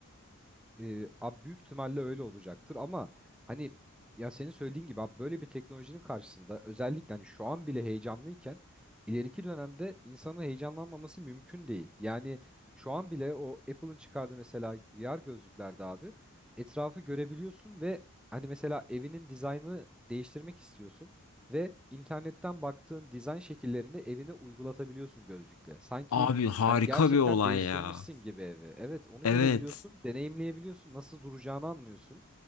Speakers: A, in the centre; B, on the left.
A: E, abi büyük ihtimalle öyle olacaktır ama hani ya senin söylediğin gibi abi böyle bir teknolojinin karşısında özellikle hani şu an bile heyecanlıyken ileriki dönemde insanın heyecanlanmaması mümkün değil. Yani şu an bile o Apple'ın çıkardığı mesela VR gözlüklerde abi etrafı görebiliyorsun ve hani mesela evinin dizaynını değiştirmek istiyorsun ve internetten baktığın dizayn şekillerini evine uygulatabiliyorsun gözlükle. Sanki
B: Abi harika
A: Hani gerçekten
B: bir olay
A: değiştirmişsin
B: ya.
A: gibi evi. Evet, onu
B: Evet.
A: görebiliyorsun, deneyimleyebiliyorsun, nasıl duracağını anlıyorsun.